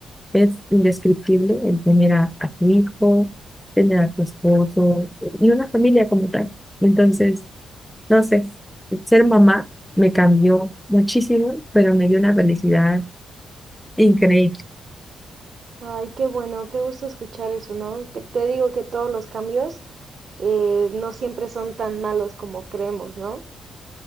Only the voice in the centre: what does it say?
es indescriptible el tener a, a tu hijo, tener a tu esposo y una familia como tal. Entonces, no sé, ser mamá me cambió muchísimo, pero me dio una felicidad increíble.